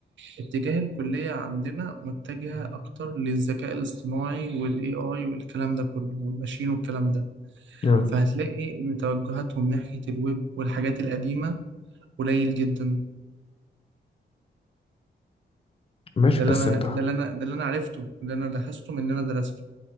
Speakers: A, on the right; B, on the left.
A: اتجاه الكلية عندنا متجهة أكتر للذكاء الاصطناعي والاي اي والكلام ده كله والماشين والكلام ده
B: مم.
A: فهتلاقي إن توجهاتهم ناحية الويب والحاجات القديمة قليل جدا
B: ماشي
A: ده اللي
B: بس
A: أنا
B: انتوا
A: ده اللي أنا ده اللي أنا عرفته اللي أنا لاحظته من اللي أنا درسته